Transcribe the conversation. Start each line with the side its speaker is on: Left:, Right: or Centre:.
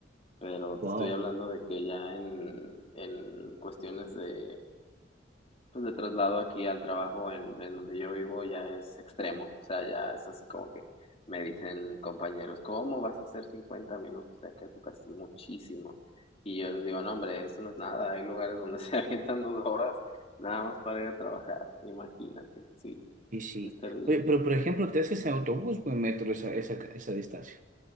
Left: Pero te
Right: Wow.
Left: estoy hablando de que ya en, en cuestiones de pues de traslado aquí al trabajo en, en donde yo vivo ya es extremo, o sea, ya es así como que me dicen compañeros, ¿cómo vas a hacer 50 minutos de aquí a tu casa? Es muchísimo. Y yo les digo, no, hombre, eso no es nada, hay lugares donde <laughs> se avientan dos horas nada más para ir a trabajar, imagínate, sí,
Right: Y sí.
Left: es terrible.
Right: Oye, pero por ejemplo, ¿te haces en autobús o en metro esa, esa, esa distancia?